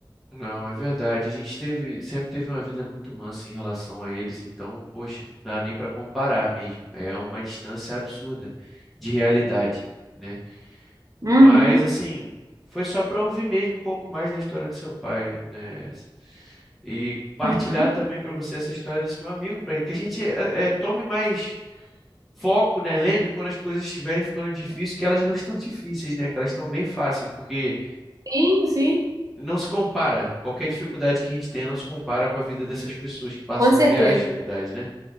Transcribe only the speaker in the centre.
Não, é verdade. A gente teve, sempre teve uma vida muito mansa em relação a eles, então, poxa, não dá nem para comparar mesmo. É uma distância absurda de realidade, né?
Mas assim, foi só para ouvir mesmo um pouco mais da história do seu pai, né? E partilhar
também para você essa história desse meu amigo, para que a gente eh, eh, tome mais foco, né? Lembre quando as coisas estiverem ficando difíceis que elas não estão <laughs> difíceis, né? Que elas estão bem fáceis, porque
não se compara. Qualquer dificuldade que a gente tenha não se compara com a vida dessas pessoas que passam
reais dificuldades, né?